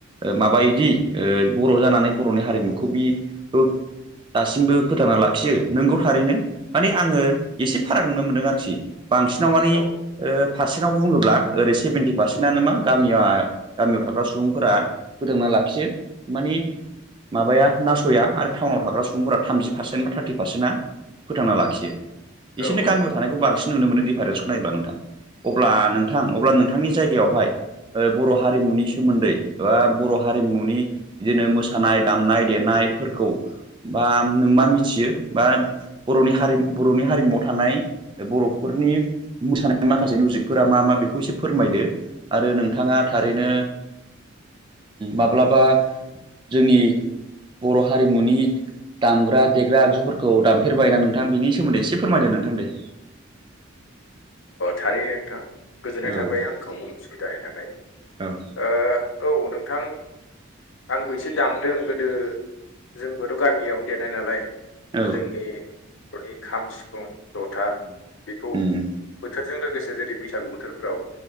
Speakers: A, on the right; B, on the left.
A: ओ माबा इदि ओ बर' जानानै बर'नि हारिमुखौ बि ओ दासिमबो फोथांना लाखियो। नोंगौ थारैनो माने आङो एसे फाराग नुनो मोन्दों आरोखि। बांसिनाव माने
B: औ
A: ओ फारस सेनाव बुङोब्ला ओरै सेभेन्टि पारसेन्टानो मा गामि गामियाव थाग्रा सुबुंफोरा फोथांना लाखियो। मानि माबाया नास'या आरो टाउनाव थाग्रा सुबुंफोरा थामजि पारसेन्ट बा थार्टि पारसेन्टआ फोथांना लाखियो। इसोरनो
B: औ
A: गामियाव
B: औ
A: थानायखौ बांसिन नुनो मोनो दिडिफारेन्सखौ नायोब्ला नोंथां अब्ला नोंथां - अब्ला नोंथांनि जायगायावहाय बर' हारिमुनि सोमोन्दै बर' हारिमुनि बिदिनो मोसानाय दामनाय देनायफोरखौ बा नों मा मिथियो बा बर'नि हारि बर'नि हारिमुआव थानाय बर'फोरनि मोसानाय माखासे मिउजिकफोरा मा मा बेखौ एसे फोरमायदो आरो नोंथाङा थारैनो माब्लाबा जोंनि बर' हारिमुनि दामग्रा देग्रा आगजुफोरखौ दामफेरबाय ना नोंथां बिनि सोमोन्दै एसे फोरमायदो नोंथां दे-
B: थारैनो नोंथां गोजोननाय
A: औ
B: थाबाय आंखौ बुं सुबिदानि थाखाय
A: औ
B: ओ औ नोंथां। आंबो एसे दामदों गोदो जोंबोथ' गामियावनो देरनाय नालाय।
A: औ
B: द जोंनि बर'नि खाम सिफुं जथा।
A: <inaudible>
B: बेखौ
A: उम
B: बोथोरजों लोगोसे जेरै बैसागु बोथोरफोराव